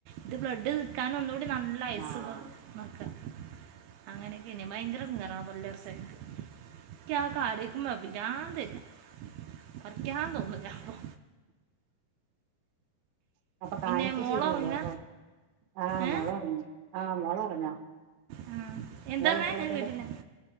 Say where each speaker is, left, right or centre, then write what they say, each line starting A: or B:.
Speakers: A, on the right; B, on the right.
A: ഇത് ബ്ലഡ് നിൽക്കാൻ ഒന്നൂടി നല്ല ഐസ്സുള്ളതും.
B: ആഹ്
A: ക്ക അങ്ങനെയൊക്കെന്നെ ഭയങ്കര ഇടങ്ങേറാ പല്ല് പർച്ചല്. ന്ക്ക് ആ കാര്യം കേക്കുമ്പ പിരാന്ത് വര്യ. പറിക്കാൻ തോന്നൂല അപ്പൊ.
B: <unintelligible> അപ്പൊ കാണിക്ക
A: പിന്നെ മോളുറങ്ങ
B: ശരില്ലേ അപ്പൊ ആഹ്
A: ഏ
B: മോള് ഒറങ്ങി ആഹ് മോള് ഒറങ്ങാ.
A: ആ. എന്താ
B: ഇങ്ങളെ കുട്ടികളൊക്കെവിടെ?
A: പറഞ്ഞേ ഞാൻ കേട്ടില്ല